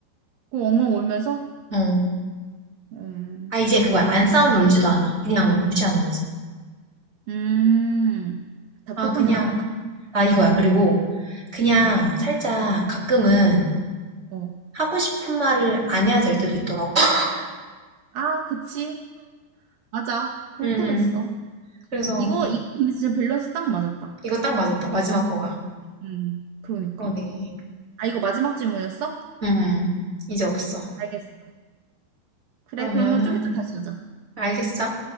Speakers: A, on the right; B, on the right.
A: 그 엉엉 울면서
B: 응.
A: 음,
B: 아, 이제 그거야.
A: 네.
B: 안 싸우면 울지도 않아. 그냥 무시하는 거지.
A: 음, 답답한
B: 아, 그냥,
A: 게 낫다.
B: 아, 이거야. 그리고 그냥
A: 음,
B: 살짝 가끔은
A: 어, 어.
B: 하고 싶은 말을 안 해야 될 때도 있더라고. <laughs>
A: 아, 그치, 맞아. 그럴
B: 음,
A: 때가 있어.
B: 그래서
A: 이거 이거 근데 진짜 밸런스 딱 맞았다.
B: 이거 딱 맞았다. 마지막 거가.
A: 음, 그러니까.
B: 그러네.
A: 아 이거 마지막 질문이었어?
B: 음, 이제 없어.
A: 알겠어. 그래,
B: 그러면은,
A: 그러면 좀 이따 다시 하자.
B: 알겠어?